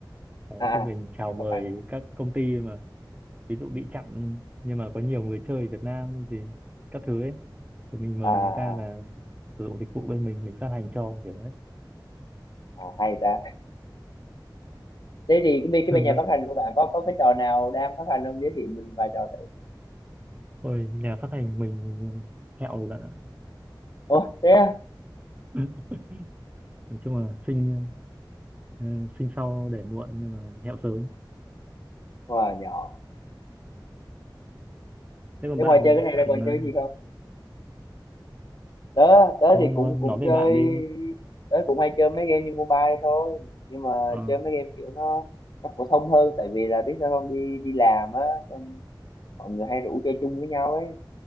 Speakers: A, on the right (about 20°); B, on the left (about 60°).
A: Đấy,
B: à
A: thì
B: à
A: mình chào
B: Game
A: mời
B: phát hành à,
A: các công ty mà ví dụ bị chặn nhưng mà có nhiều người chơi Việt Nam gì các thứ ấy thì mình mời
B: à, à,
A: người ta là sử dụng dịch vụ bên mình mình phát hành cho kiểu đấy.
B: à, hay ta thế thì cái bên cái
A: <laughs>
B: bên nhà phát hành của bạn có có cái trò nào đang phát hành không giới thiệu mình vài trò thử
A: Ôi nhà phát hành mình hẹo rồi bạn ạ.
B: ồ thế à
A: <clears throat> <laughs> Nói chung là xinh Ờ, sinh sau để muộn nhưng mà hẹo sớm
B: wow, nhỏ
A: thế còn
B: thế
A: bạn
B: ngoài chơi
A: sao?
B: cái này
A: bạn
B: ra còn
A: ờ,
B: chơi gì không tớ tớ
A: thôi
B: thì
A: nói
B: cũng cũng
A: nói về
B: chơi
A: bạn đi
B: tớ cũng hay chơi mấy game như mobile thôi nhưng mà
A: ờ
B: chơi mấy game kiểu nó nó phổ thông hơn tại vì là biết sao không đi đi làm á xong mọi người hay rủ chơi chung với nhau ấy